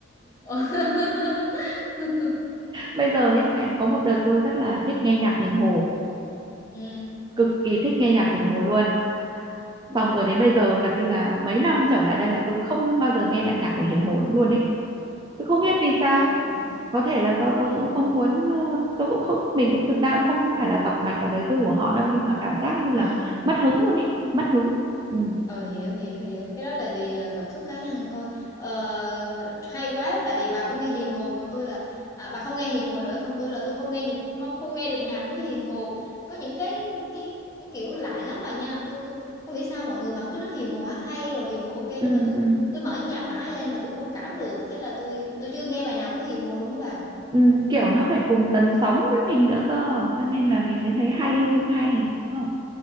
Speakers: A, on the left; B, on the right.
A: <laughs>
B: bây giờ nhá ngày có một đợt tôi rất là thích nghe nhạc hiền hồ
A: ừ
B: cực kỳ thích nghe nhạc hiền hồ luôn xong rồi đến bây giờ gần như là mấy năm trở lại đây là tôi không bao giờ nghe lại nhạc của Hiền Hồ nữa luôn ấy tôi không biết vì sao
A: ừ
B: có thể là do
A: ừ,
B: tôi cũng không muốn ờ, tôi cũng không mình cũng thực ra cũng không không phải là tọc mạch vào đời tư của họ đâu nhưng mà cảm giác như là
A: ừ.
B: mất hứng luôn ấy mất hứng ừ.
A: Ờ hiểu hiểu hiểu cái đó là vì ờ, cảm xúc cá nhân thôi ờ, hay quá tại vì bà không nghe Hiền Hồ còn tôi là à, bà không nghe Hiền Hồ nữa còn tôi là tôi không nghe nhị- không, không nghe được nhạc của Hiền Hồ có những cái cái cái kiểu lạ lắm bà nha tôi tôi không hiểu sao mọi người vẫn cứ nói Hiền Hồ hát hay rồi Hiền Hồ ok
B: ừ
A: nhưng mà tôi
B: ừ
A: tôi mở nhạc bà ấy lên và tôi không cảm được thế là tôi tôi chưa nghe bài nào của Hiền Hồ luôn á bà
B: Ừ, kiểu nó phải cùng tần sóng với mình nữa cơ cho nên là mình mới thấy hay hay không hay đúng không